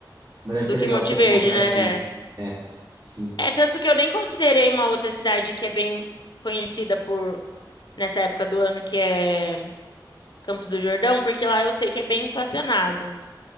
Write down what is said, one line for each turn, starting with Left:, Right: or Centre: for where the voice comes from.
Right: Mas acho
Left: do
Right: que é
Left: que
Right: legal
Left: Monte
Right: fazer
Left: Verde,
Right: esse comparativo.
Left: né? É.
Right: É, sim.
Left: É, tanto que eu nem considerei uma outra cidade que é bem conhecida por nessa época do ano, que é Campos do Jordão, porque lá eu sei que é bem inflacionado.